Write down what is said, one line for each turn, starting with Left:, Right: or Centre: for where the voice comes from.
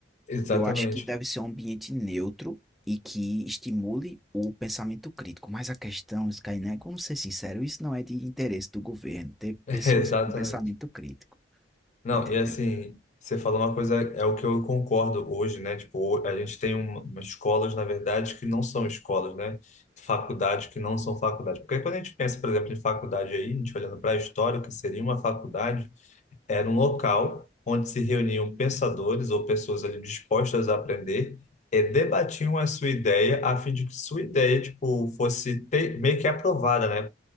Left: Exatamente,
Centre: Eu acho que deve ser um ambiente neutro e que estimule o pensamento crítico. Mas a questão, Skynet, vamos ser sinceros, isso não é de interesse do governo, ter
Left: <laughs>
Centre: pessoas
Left: exatamente.
Centre: com pensamento crítico,
Left: Não,
Centre: entendeu?
Left: e assim, você falou uma coisa, é o que eu concordo hoje, né? Tipo, a gente tem um- umas escolas, na verdade, que não são escolas, né? Faculdades que não são faculdades. Porque quando a gente pensa, por exemplo, em faculdade aí, a gente olhando para a história, o que seria uma faculdade, era um local onde se reuniam pensadores ou pessoas ali dispostas a aprender e debatiam a sua ideia a fim de que sua ideia tipo fosse te- meio que aprovada, né?